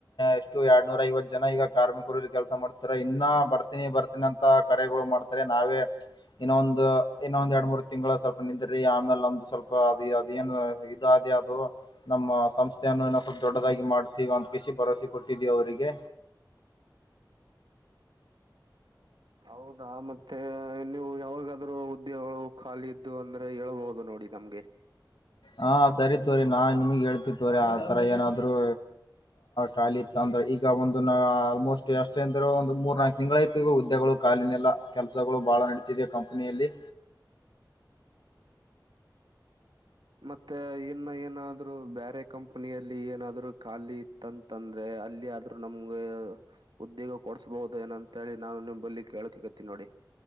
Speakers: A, on the left; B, on the right.
A: ಎಷ್ಟು ಎರಡ್ನೂರ ಐವತ್ ಜನ ಈಗ ಕಾರ್ಮಿಕರುಲ್ಲಿ ಕೆಲಸ ಮಾಡ್ತಾರೆ ಇನ್ನ ಬರ್ತೀನಿ ಬರ್ತೀನಿ ಅಂತ ಕರೆಗಳು ಮಾಡ್ತಾರೆ ನಾವೇ ಇನ್ನೊಂದು ಇನ್ನೊ ಒಂದ್ ಎರಡ್ ಮೂರು ತಿಂಗಳ ಸ್ವಲ್ಪ ನಿಂದ್ರಿ ಆಮೇಲೆ ನಮ್ದು ಸ್ವಲ್ಪ ಅದು ಅದ ಏನ್ ಇ ಅದೇ ಅದು ನಮ್ಮ ಸಂಸ್ಥೆಯನ್ನು ಇ ಸ್ವಲ್ಪ ದೊಡ್ಡದಾಗಿ ಮಾಡ್ತೀವ ಅಂತ ಕಿಸಿಿ ಭರವಸೆ ಕೊಟ್ಟಿದೀವಿ ಅವರಿಗೆ.
B: ಹೌದಾ ಮತ್ತೆ ನೀವು ಯಾವಾಗಾದ್ರೂ ಉದ್ಯಗಳು ಖಾಲಿ ಇದ್ದು ಅಂದ್ರೆ ಹೇಳ್ಬಹುದು ನೋಡಿ ನಮ್ಗೆ.
A: ಹಾ ಸರಿತವರಿ ನಾ ನಿಮಗೆ ಹೇಳ್ತಿ ತವರಿ ಆತರ ಏನಾದ್ರು ಖಾಲಿ ಇತ್ತ ಅಂದ್ರೆ ಈಗ ಒಂದು ನಾ ಆಲ್ಮೋಸ್ಟ್ ಎಷ್ಟೆ ಅಂದ್ರ ಒಂದು ಮೂರ್ ನಾಲ್ಕು ತಿಂಗಳ ಐತಿ ಈಗ ಹುದ್ದೆಗಳು ಖಾಲಿನೆಲ್ಲ ಕೆಲ್ಸಗಳು ಬಾಳ ನಡೀತಿದೆ ಕಂಪನಿಯಲ್ಲಿ.
B: ಮತ್ತೆ ಇನ್ನು ಏನಾದ್ರು ಬೇರೆ ಕಂಪನಿಯಲ್ಲಿ ಏನಾದ್ರು ಖಾಲಿ ಇತ್ತಂತಂದ್ರೆ ಅಲ್ಲಿ ಆದಾದ್ೂ ನಮ್ಗೆ ಉದ್ಯೋಗ ಕೊಡ್ಸ್ಬಹುದ ಏನಂತಿ ನಾನು ನಿಮಲ್ಲಿ ಕೇಳಕ ಗತ್ತೀನಿ ನೋಡಿ.